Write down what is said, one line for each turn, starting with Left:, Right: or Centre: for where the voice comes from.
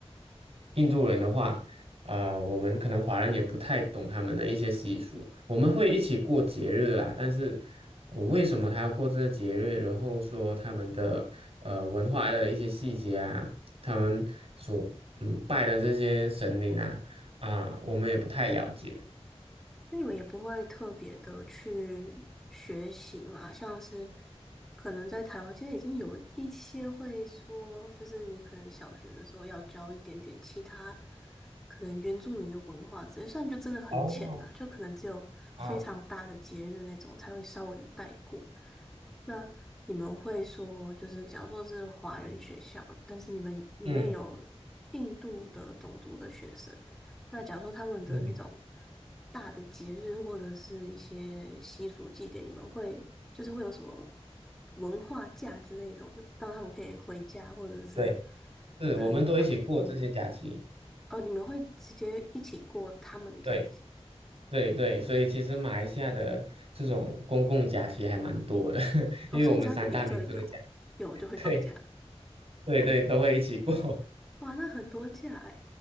Right: 印度人的话。啊、我们可能华人也不太懂他们的一些习俗，我们会一起过节日啦，但是我为什么他要过这个节日，然后说他们的呃文化的一些细节啊，他们所嗯拜的这些神灵啊啊、我们也不太了解。
Centre: 那你们也不会特别的去学习嘛？像是可能在台湾现在已经有一些会说，就是你可能小学的时候要教一点点其他可能原住民的文化之类，虽然就真的很浅啦，
Right: 哦，
Centre: 就可能只有非常大的节日那种才会稍微的带过。
Right: 啊，
Centre: 那你们会说，就是假如说是华人学校，但是你们里面有
Right: 嗯
Centre: 印度的种族的学生。那假如说他们的那种
Right: 嗯，
Centre: 大的节日或者是一些习俗祭典，你们会就是会有什么文化假之类的东西，让他们可以回家，或者是
Right: 对，是我们都一起过这些假期，
Centre: 可以干嘛？哦，你们会直接一起过他们的假期
Right: 对对对，所以其实马来西亚的这种公共假期还蛮多的，<laughs>
Centre: 哦，
Right: 因为我们三大民族的假，
Centre: 所以只要有一个有有就会放假，
Right: <laughs> 对，对对，都会一起过，
Centre: 哇，那很多假哎，